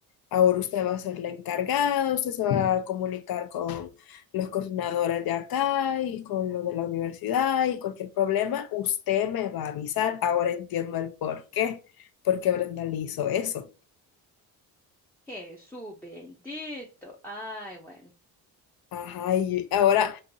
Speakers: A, on the left; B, in the centre.
A: Ahora usted va a ser la encargada, usted se va a comunicar con los coordinadores de acá y con los de la universidad y cualquier problema, usted me va a avisar. Ahora entiendo el por qué, porque Brenda le hizo eso.
B: Jesús bendito. Ay, bueno.
A: Ajá, y ahora